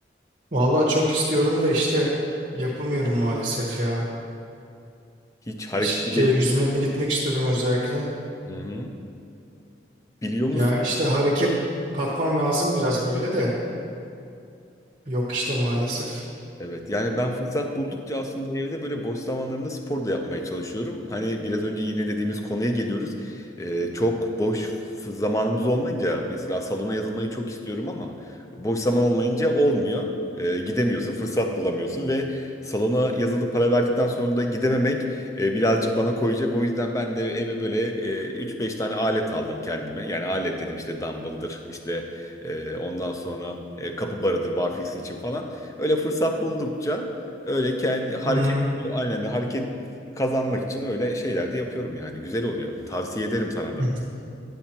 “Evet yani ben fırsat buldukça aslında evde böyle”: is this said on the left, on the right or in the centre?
Left